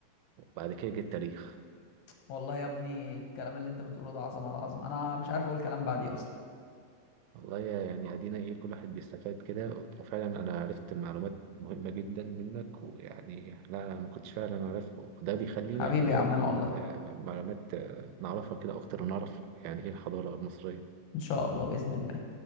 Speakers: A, on the right (about 90°); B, on the left (about 75°).
A: وبعد كده جه التاريخ
B: والله يا ابني الكلام اللي انت بتقوله ده عظمة العظمة انا مش عارف اقول كلام بعديه اصلا
A: والله يعني ادينا ايه كل واحد بيستفاد كده وفعلا انا عرفت معلومات مهمة جدا منك ويعني لا انا ما كنتش فعلا اعرفها وده بيخلينا
B: حبيبي
A: اللي
B: يا عمنا
A: هو المعلومات
B: والله
A: آه، نعرفها كده اكتر ونعرف يعني ايه الحضارة المصرية
B: ان شاء الله بإذن الله